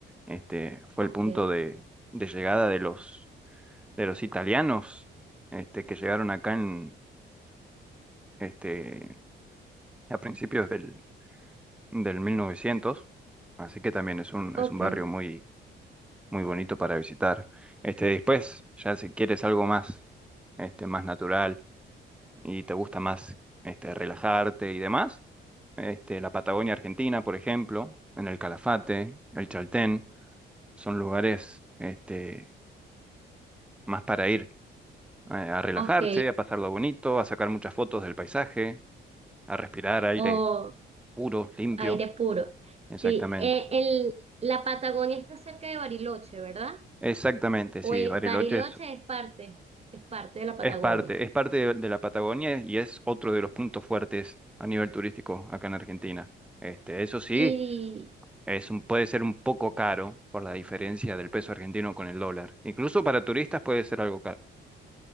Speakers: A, in the centre; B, on the right.
A: este, fue
B: ok,
A: el punto de, de llegada de los, de los italianos, este, que llegaron acá en, este, a principios del, del 1900, así que también es un,
B: ok,
A: es un barrio muy, muy bonito para visitar. Este, después, ya si quieres algo más, este, más natural y te gusta más, este, relajarte y demás, este, la Patagonia Argentina, por ejemplo, en el Calafate, el Chaltén. son lugares este, más para ir eh, a relajarse,
B: ok.
A: a pasarlo bonito, a sacar muchas fotos del paisaje, a respirar aire
B: O
A: puro, limpio.
B: aire puro. Sí,
A: Exactamente.
B: eh, el, la Patagonia está cerca de Bariloche, ¿verdad?
A: Exactamente,
B: O
A: sí,
B: eh,
A: Bariloche
B: Bariloche
A: es,
B: es parte, es parte de la Patagonia.
A: es parte, es parte de, de la Patagonia y es otro de los puntos fuertes a nivel turístico acá en Argentina. Este, eso sí,
B: Y
A: es un, puede ser un poco caro por la diferencia del peso argentino con el dólar. Incluso para turistas puede ser algo caro.